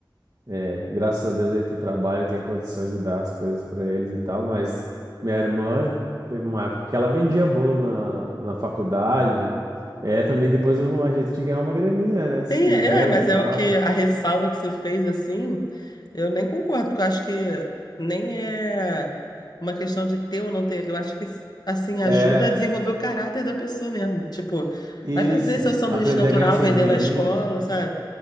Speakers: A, on the right; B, on the left.
A: É, graças a Deus aí tu trabalha e tem condição de dar as coisas pra eles e tal, mas minha irmã teve uma época que ela vendia bolo na, na faculdade. É, também depois houve um jeito de ganhar uma graninha, né?
B: Sim,
A: Se quiser
B: é, é, mas
A: e tal.
B: é o que a ressalva que você fez assim, eu nem concordo, porque eu acho que nem é uma questão de ter ou não ter. Eu acho que assim ajuda
A: É,
B: a desenvolver o caráter da pessoa mesmo. Tipo,
A: isso.
B: vai fazer seu sanduíche
A: Aprender
B: natural
A: a ganhar o seu
B: vendendo
A: dinheirinho.
B: na escola, sabe?